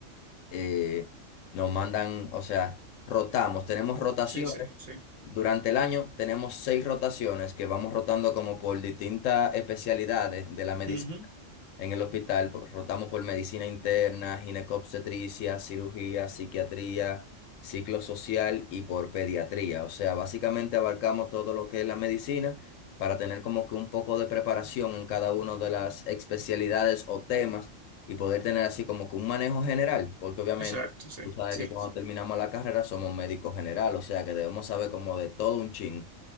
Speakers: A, on the left (about 80°); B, on the right (about 50°).
A: eh, nos mandan, o sea, rotamos, tenemos rotaciones.
B: Sí, sí, sí.
A: Durante el año tenemos seis rotaciones que vamos rotando como por distintas especialidades de la medicina.
B: Ujú.
A: En el hospital po- rotamos por medicina interna, ginecobstetricia, cirugía, psiquiatría, ciclo social y por pediatría. O sea, básicamente abarcamos todo lo que es la medicina para tener como que un poco de preparación en cada una de las especialidades o temas y poder tener así como que un manejo general, porque obviamente
B: Exacto, sí,
A: tú sabes
B: sí.
A: que cuando terminamos la carrera somos médicos general, o sea que debemos saber como de todo un chin.